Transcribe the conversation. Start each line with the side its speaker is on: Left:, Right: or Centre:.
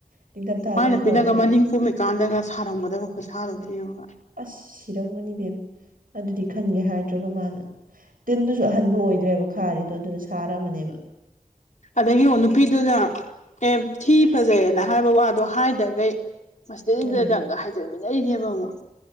Right: ꯅꯤꯡꯊꯝꯊꯥꯗꯅ
Left: ꯃꯥꯏ ꯅꯨꯄꯤꯅꯒ
Right: ꯈꯔꯕꯨ ꯐꯩ
Left: ꯃꯅꯤꯡ ꯀꯨꯝꯃꯤꯀꯥꯟꯗꯒ ꯁꯥꯔꯝꯒꯗꯕ ꯈꯨꯁꯥꯗꯣ ꯑꯝꯇ ꯌꯦꯡꯉꯣꯕ
Right: ꯑꯁ ꯁꯤꯔꯝꯒꯅꯤ ꯕꯦꯝꯃ ꯑꯗꯨꯗꯤ ꯈꯟꯒꯦ ꯍꯥꯏꯗ꯭ꯔꯒ ꯃꯥꯅ ꯇꯤꯟꯗꯨꯁꯨ ꯑꯍꯟꯕ ꯑꯣꯏꯗ꯭ꯔꯦꯕ ꯈꯥꯔꯤꯗꯣ ꯑꯗꯨꯅ ꯁꯥꯔꯝꯃꯅꯦꯕ
Left: ꯑꯗꯩ ꯌꯦꯡꯉꯣ ꯅꯨꯄꯤꯗꯨꯅ ꯑꯦ ꯊꯤ ꯐꯖꯩꯅ ꯍꯥꯏꯕ ꯋꯥꯗꯣ ꯍꯥꯏꯗꯒꯩ ꯃꯁꯤꯗꯩꯁꯤꯗꯗꯪꯒ
Right: ꯃꯥꯅꯦ
Left: ꯔꯪꯒ ꯍꯥꯏꯖꯟꯃꯤꯟꯅꯔꯤꯅꯦꯕ ꯑꯃꯨꯛ